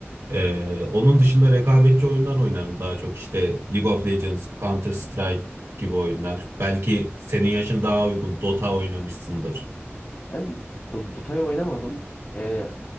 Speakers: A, on the right; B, on the left.
A: Ee, onun dışında rekabetçi oyunlar oynarım daha çok. İşte League of Legends, Counter Strike gibi oyunlar. Belki senin yaşın daha uygun. Dota oynamışsındır.
B: ben Do- Dota'yı oynamadım. Ee,